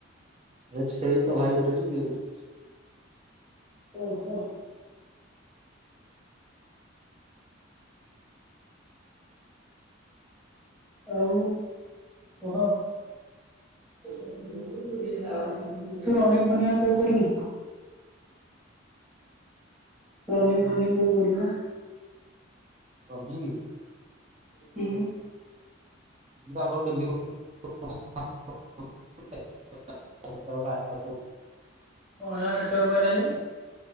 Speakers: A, on the right; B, in the centre.
A: ଆରେ ସେଇ ତ ଭାଇ ପୁରେଇଚି କିଏ ପୁରେଇଚି।
B: ଓହୋ। ଆଉ କହ। ତୁ ରାନିକ ଫନିକ ଆ ତୁ କରିବୁ? ରନିକ ପନିକ କେବେ କରିବ?
A: ପନିଗି।
B: କି?
A: <inaudible> <inaudible>
B: କଣ ହେଲା ନେଟୱାର୍କ ପାଇଲାଣିି?